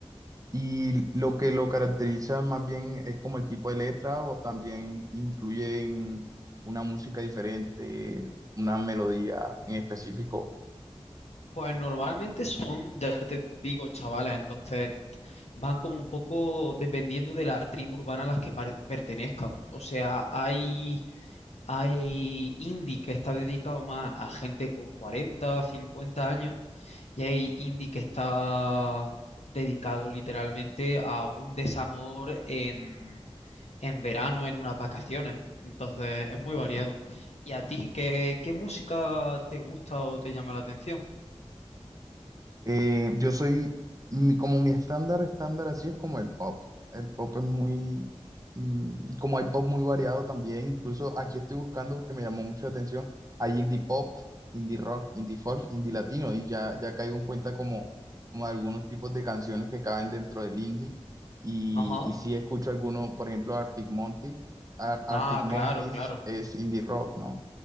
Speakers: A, on the right; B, on the left.
A: Y lo que lo caracteriza más bien es como el tipo de letra o también incluyen una música diferente, una melodía en específico
B: Pues normalmente son, ya te digo, chavales, entonces van como un poco dependiendo de la tribu urbana a las que par- pertenezcan. O sea, hay, hay indie que está dedicado más a gente con 40, 50 años y hay indie que está dedicado literalmente a un desamor en, en verano, en unas vacaciones. Entonces es muy variado. ¿Y a ti qué, qué música te gusta o te llama la atención?
A: Eh, yo soy, mi- como mi estándar, estándar así es como el pop. El pop es muy, mm, como hay pop muy variado también, incluso aquí estoy buscando porque me llamó mucho la atención, hay indie pop, indie rock, indie folk, indie latino y ya, ya caigo en cuenta como, como algunos tipos de canciones que caben dentro del indie y,
B: Ajá.
A: y sí escucho algunos, por ejemplo, Arctic Monkey, Ar- Arctic
B: Ah,
A: Monkeys
B: claro, claro.
A: es indie rock, ¿no?